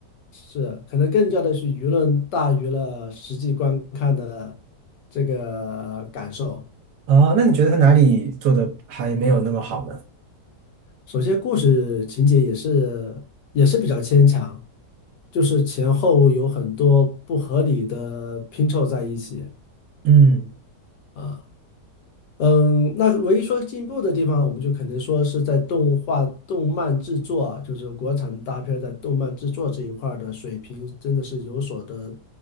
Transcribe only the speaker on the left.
是，可能更加的是舆论大于了实际观看的这个感受。
首先，故事情节也是也是比较牵强，就是前后有很多不合理的拼凑在一起
啊。嗯，那唯一说进步的地方，我们就肯定说是在动画、动漫制作啊，就是国产大片在动漫制作这一块儿的水平，真的是有所的